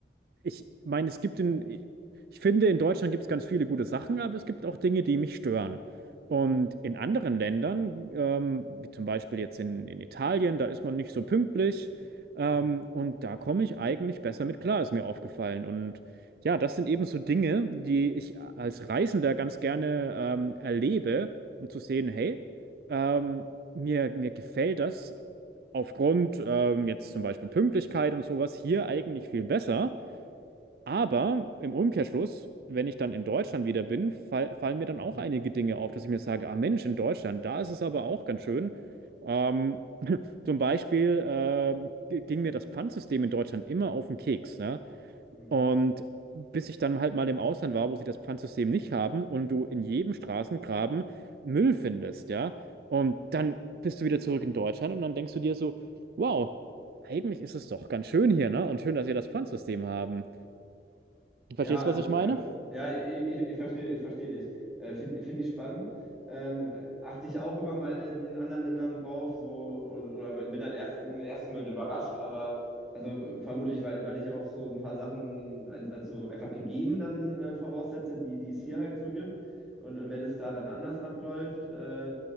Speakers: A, on the right (about 55°); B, in the centre.
A: ich meine, es gibt in, ich finde, in Deutschland gibt es ganz viele gute Sachen, aber es gibt auch Dinge, die mich stören. Und in anderen Ländern, ähm, wie zum Beispiel jetzt in, in Italien,
B: hm,
A: da ist man nicht so pünktlich. Ähm,
B: hm,
A: und da komme ich eigentlich besser mit klar, ist mir aufgefallen. Und ja, das sind eben so Dinge, die ich als Reisender ganz gerne ähm, erlebe, um zu sehen, hey, ähm, mir, mir gefällt das aufgrund ähm, jetzt zum Beispiel Pünktlichkeit und sowas hier eigentlich viel besser. Aber im Umkehrschluss, wenn ich dann in Deutschland wieder bin, fall, fallen mir dann auch
B: hm.
A: einige Dinge auf, dass ich mir sage, ah Mensch, in Deutschland, da ist es aber auch ganz schön. Ähm, zum Beispiel ähm, g- ging mir das Pfandsystem in Deutschland immer auf den Keks, ne?
B: hm.
A: Und bis ich dann halt mal im Ausland war, wo sie das Pfandsystem nicht haben und du in jedem Straßengraben Müll findest, ja? Und dann bist du wieder zurück in Deutschland und dann denkst du dir so, wow, eigentlich ist es doch ganz schön hier, ne? Und schön, dass wir das Pfandsystem haben. Verstehst
B: Ja, also
A: du, was ich
B: ja,
A: meine?
B: ja, ich, ich, ich verstehe, ich verstehe dich. Äh, Finde find ich spannend. Ähm, äh, achte ich auch immer mal in, in anderen Ländern drauf, so und, oder bin dann erst im ersten Moment überrascht, aber also äh, vermutlich, weil, weil ich auch so ein paar Sachen als, als so einfach gegeben dann äh, voraussetze, die, die es hier halt so gibt. Und, und wenn es da dann anders abläuft, äh,